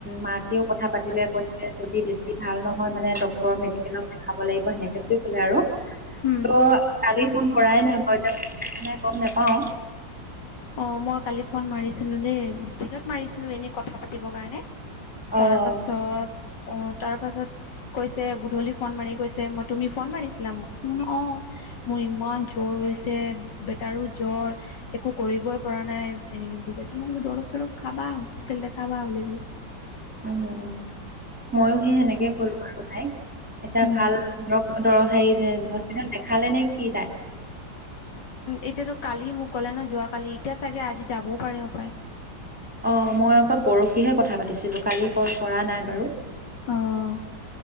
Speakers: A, in the centre; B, on the left.
A: মাকেও কথা পাতিলে। যদি বেছি ভাল নহয় মানে, ডক্তৰৰ মেডিকেলক দেখাব লাগিব সেনেকে বুলি ক'লে আৰু।
B: উম।
A: অ, কালি ফোন কৰাই নাই বাৰু এতিয়াাই গম নেপাও।
B: অ, মই কালি ফোন মাৰিছিলো দেই, দিনত মাৰিছিলো এনে কথা পাতিবৰ কাৰণে।
A: অ',
B: তাৰ পাছত, আহ, তাৰ পাছত কৈছে গুধূলি ফোন মাৰি কৈছে, মই, তুমি ফোন মাৰিছিলা মোক বোলো অ'। মোৰ ইমান জ্বৰ হৈছে, বেটাৰো জ্বৰ। একো কৰিবই পৰা নাই, এনেকে বুলি কৈছে, মই কলো দৰৱ, চৰৱ খাবা, হস্পিতেল দেখাবা বুলি কলো।
A: উম, ময়ো সেই সেনেকে কলো আৰু তাইক এটা
B: উম
A: ভাল, ডক হেৰি, হস্পিতেেলত দেখালে নে, কি, তাই
B: এতিয়াতো কালি মোক ক'লে ন, যোৱ কালি, এতিয়া চাগে আজি যাবও পাৰে, স পায়।
A: অ, মই আকৌ পৰহিহে কথা পাতিছিলোঁ, কালি কল কৰা নাই বাৰু।
B: অ'।